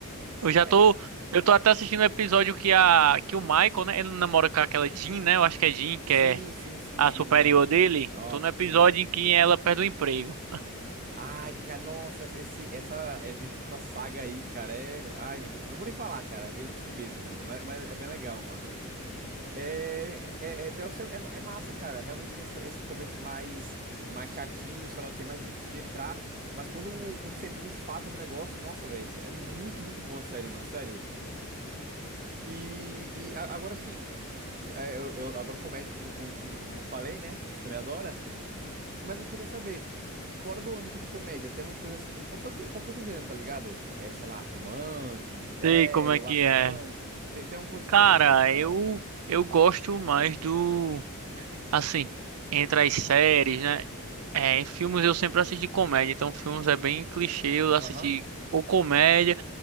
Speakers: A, on the right; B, on the right.
A: eu já
B: É,
A: tô, eu tô até assistindo o episódio que a, que o Michael, né, ele namora com aquela Jean, né? Eu acho que é Jean,
B: sim,
A: que é
B: sim, sim,
A: a
B: sim,
A: superior
B: é.
A: dele,
B: Nossa,
A: tô no episódio
B: sim.
A: em que ela perde o emprego.
B: Ai, cara, nossa, esse, essa, é, entre aspas, saga aí, cara, é. Ai, meu Deus, eu não vou nem falar, cara. Veja por si mesmo, mano. Mas, mas é bem legal, mano. É, é, é, The Office é, é- é massa, cara. Realmente tem essa- esse começo mais, mais chatinho, sei lá o que, mais difícil de entrar. Mas quando, quando você entra de fato no negócio, nossa, velho, é muito, muito boa a série, mano, sério. E, e a- agora sim, é, eu, eu adoro comédia, como, como, como, como eu falei, né? Você também adora. Mas eu queria saber, fora do âmbito de comédia, tem alguma coisa assim, qualquer outro, qualquer outro gênero, tá ligado? É, sei lá, romance, mistério,
A: Sei como é
B: ação.
A: que é.
B: Você, tem alguma coisa
A: Cara,
B: que você. Ah,
A: eu eu gosto mais do assim, entre as séries, né? É, em filmes eu sempre assisti comédia, então filmes é bem clichê, eu assisti
B: Aham.
A: ou comédia.